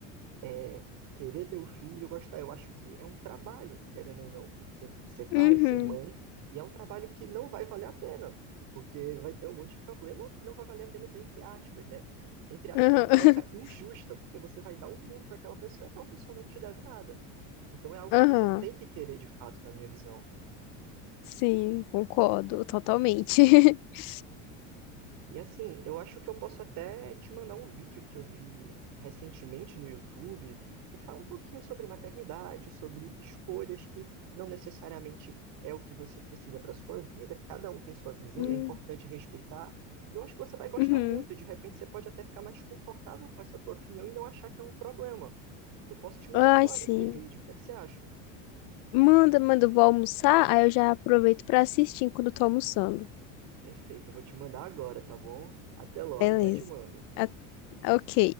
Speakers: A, on the right; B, on the left.
A: é, querer ter o filho, gostar. Eu acho que é um trabalho, querendo ou não, ser, ser pai,
B: Uhum.
A: ser mãe, e é um trabalho que não vai valer a pena, porque vai ter um monte de problema e não vai valer a pena, entre aspas, né? Entre aspas,
B: Aham.
A: é uma troca injusta,
B: <laughs>
A: porque você vai dar o mundo para aquela pessoa e aquela pessoa não te deve nada. Então é algo
B: Aham.
A: que você tem que querer de fato, na minha visão.
B: Sim, Concordo totalmente. <laughs>
A: E assim, eu acho que eu posso até te mandar um vídeo que eu vi recentemente no YouTube, que fala um pouquinho sobre maternidade, sobre escolhas que não necessariamente é o que você precisa para sua vida, cada um tem sua visão
B: Hum,
A: e é importante respeitar. E eu acho que você vai gostar
B: Uhum.
A: muito, de repente você pode até ficar mais confortável com essa tua opinião e não achar que é um problema. Eu posso te mandar
B: Ai,
A: agora
B: sim.
A: esse vídeo, o que é que você acha?
B: Manda, manda, eu vou almoçar, aí eu já aproveito pra assistir enquanto eu tô almoçando.
A: Perfeito, eu vou te mandar agora, tá bom? Até logo,
B: Beleza.
A: já te mando.
B: Ah, Ok.